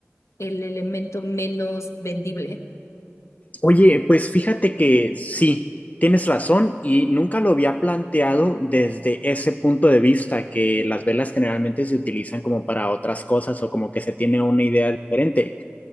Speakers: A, on the left; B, on the left.
A: el elemento menos vendible.
B: Oye, pues fíjate que
A: Ujú.
B: sí, tienes razón y nunca lo había planteado desde ese punto de vista, que las velas generalmente se utilizan como para otras cosas o como que se tiene una idea diferente.